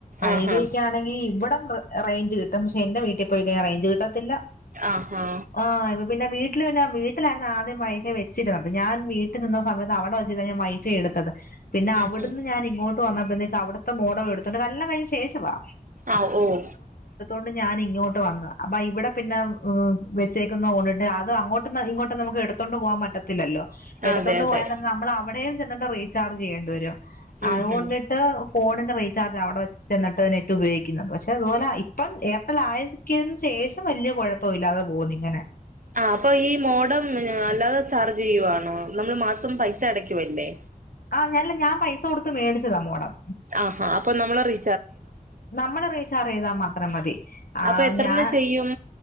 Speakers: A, on the right; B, on the left.
A: ആഹാ
B: ഐഡിയ ഒക്കെ ആണെങ്കി ഇവിടം റേഞ്ച് കിട്ട പക്ഷെ എന്റെ വീട്ടിൽ പോയി അറേഞ്ച് കിട്ടാത്തില്ല
A: ആഹാ
B: ആ പിന്നെ വീട്ടിൽ പിന്നെ വീട്ടിലായിരുന്നു ആദ്യം വൈഫ വെച്ചിരുന്നത് ഞാൻ വീട്ടിൽ നിന്ന സമത്ത്വിടെെച്ചിത ഞാ വൈഫെ എടുത്ത് ത് പിന്നെ അവിടുന്ന്
A: ഉം ഉം
B: ഞൻ ഇങ്ങോട്ട് വന്നപ്പോഴത്തേക്കക്ക് അവിടുത്തെ മോഡോ എടുത്തോണ്ട് എല്ലാം കഴിഞ്ഞ ശേഷവാ
A: ആഹ് ഓഹ്
B: ണ്ട് ഞാൻ ഇങ്ങോട്ട് വന്ന അപ്പ ഇവിടെ പിന്നെ വെച്ചേക്കുന്ന ഓണി അ അത് അങ്ങോട്ട്ന്ന് ഇങ്ങോട്ട് നമുക്ക് എടത്തോണ്ടു പോകാൻ പറ്റത്തില്ലോ എടത്തോണ്ട്
A: അതെ അതെ
B: പോയാ തന്നെ നമ്മൾ അവിടെയും റീ ചെയ്യരും
A: ഉം
B: അ്
A: ഉം
B: ഫോണ ചാർജ് അവിടെ വെെന്നിട്ട് ഏറ്റവും ഉപയോഗിക്കുന്നത് പക്ഷെ അതുപോലെ ഇപ്പം അല്ലക്കന് ശേഷം വലിയ കുഴപ്പ ഇില്ലാതെ പോകുന്നു ഇങ്ങനെ
A: ആ അപ്പൊ ഈ മോഡം അല്ലാതെ ചാർജ് ചെയ്യുവാണോ നമ്മൾ മാസം പൈസ അടക്കുവല്ലേ
B: ആഞല്ല ഞാൻ പൈസ കൊടുത്ത് മേടിച്ചതാ മോടം
A: ആഹാ അപ്പൊ നമ്മളറി
B: നമ്മള റീച്ചാർ ചെയ്താൽ മാത്രം മതി ആ
A: അപ്പൊ എത്രണ്ണ
B: ഞാൻ
A: ചെയ്യും